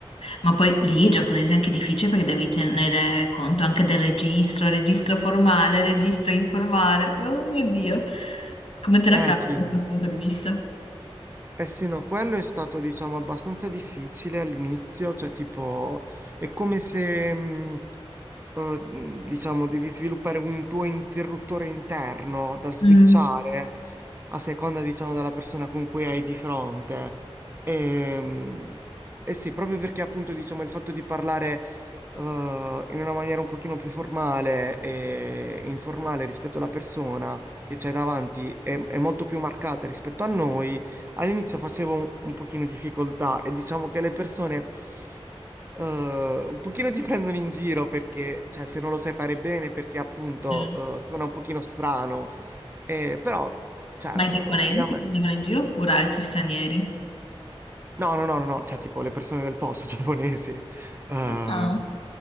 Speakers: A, on the left; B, on the right.
A: Ma poi lì il giapponese è anche difficile perché devi tenere conto anche del registro, registro formale, registro informale. Oh mio Dio, come te la
B: Eh,
A: cavi
B: sì.
A: da quel punto di vista?
B: Eh sì, no, quello è stato, diciamo, abbastanza difficile all'inizio, cioè tipo, è come se, mh, eh, mh, diciamo, devi sviluppare un tuo interruttore interno da switchare
A: Mm.
B: a seconda, diciamo, della persona con cui hai di fronte. E, mh, eh sì, proprio perché appunto, diciamo, il fatto di parlare, eh, in una maniera un pochino più formale e informale rispetto alla persona che c'hai davanti è è molto più marcata rispetto a noi All'inizio facevo un, un pochino difficoltà e diciamo che le persone eh, un pochino ti <laughs> prendono in giro perché, cioè, se non lo sai fare bene, perché appunto
A: Sì.
B: eh, suona un pochino strano, Eh, però, cioè, eh,
A: Ma i giapponesi
B: ovviamente.
A: ti prendevano in
B: eh,
A: giro oppure altri stranieri?
B: No, no, no, no, no, cioè tipo le persone del posto <laughs> giapponesi. Eh,
A: Ah,